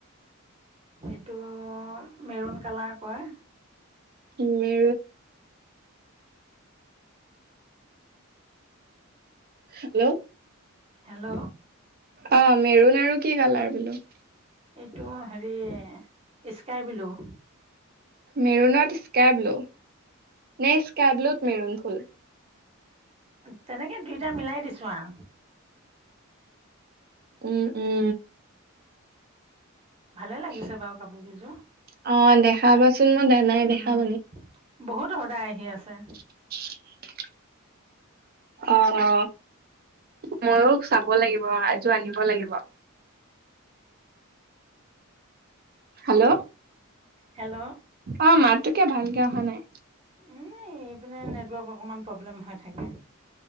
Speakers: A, on the right; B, on the right.
A: এইটো মেৰুণ কালাৰ কয়।
B: উম। হেল্ল'।
A: হেল্ল'।
B: অ মেৰুণ আৰু কি কালাৰ বোলো?
A: এইটো হেৰি স্কাই ব্লু।
B: মেৰুনত স্কাই ব্লু নে স্কাই ব্লুত মেৰুন ফুল।
A: তেনেকে দুইটা মিলাই দিছো আও।
B: উম উম।
A: ভালে লাগিছে
B: <inaudible>
A: বাৰু কাপোৰ কেইযোৰ
B: অ দেখাবাচোন মই নাই দেখা
A: উম
B: মানে।
A: বহুত অৰ্ডাৰ আহি আছে।
B: <inaudible> অ অ ময়ো চাব লাগিব এযোৰ আনিব লাগিব। হেল্ল'।
A: হেল্ল'।
B: অ মাতটো কে ভালকে অহা নাই।
A: উম এইপিনে নেটৱৰ্ক অকণমান প্ৰব্লেম হৈ থাকে।